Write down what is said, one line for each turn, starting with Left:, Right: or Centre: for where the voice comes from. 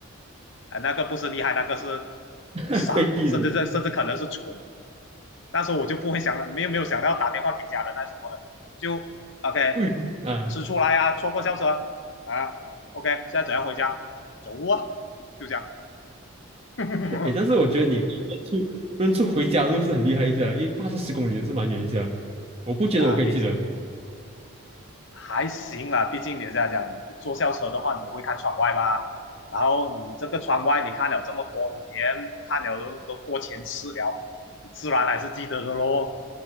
Left: 啊，那个不是厉害，那个是
Right: <laughs>
Left: 傻，
Right: 被逼的。
Left: 甚至这甚至可能是蠢。那时候我就不会想了，没有没有想到要打电话给家人那什么的，就 OK
Right: 对啊，
Left: 吃出来啊，错过校车啊，OK 现在怎样回家？走路啊，就这样。<laughs>
Right: 诶，但是我觉得你认出认出回家的路是很厉害一下，因为八到十公里真是蛮远一下，我不觉得我可以记得。
Left: 那毕竟还行啦，毕竟你这样讲，你坐校车的话，你会看窗外吧？然后你这个窗外，你看了这么多年，看了都都过千次了，你自然还是记得的咯，